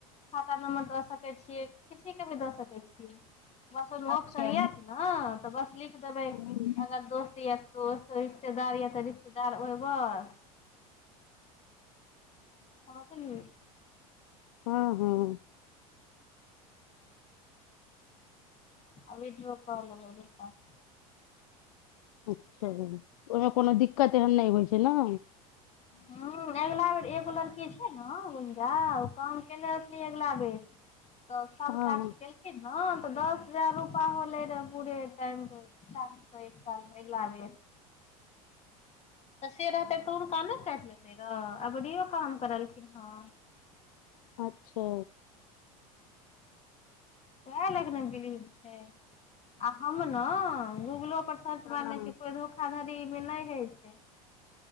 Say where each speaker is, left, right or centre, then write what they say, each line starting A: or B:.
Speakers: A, on the left; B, on the left.
A: खाता नम्बर दऽ सकै छियै किसीे भी कें दऽ सकै छियै बस ओहिमे
B: अच्छा
A: ऑप्शन यत ने तऽ बस लिख देबै
B: हँ
A: अगर दोस्त य दोस्त रिश्तेदार य तऽ रिश्तेदार ओहि बस हाँ चलि
B: हँ हँ
A: अभी रूपा लबै रूपा
B: अच्छा ओहिमे कोनो दिक्कत एहन नहि होइ छै ने
A: हुँ एगो लड़की की छै ने गुंजा ओ काम केने रही अगिला बेर तऽ सभटा
B: हँ
A: से गेलेलखिन हँ तऽ दस हजार रुप रपा होलै रहऽ पूरे टाइम के एक साल मे अगिला बेर तऽ से रहतै तऽ हुनका नहि काटि लेतै र अबरीयो काम करलखिन हे
B: अच्छा
A: ओहा लाइन मे छै आ हम न गूगलो पर सर्च
B: हँ
A: मारने छै कोइ धोखाधारि मे नहि होइ छै